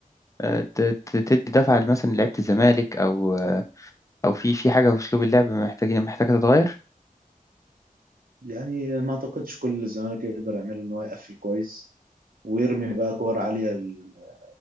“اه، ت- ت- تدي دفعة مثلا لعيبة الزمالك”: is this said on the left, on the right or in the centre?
Left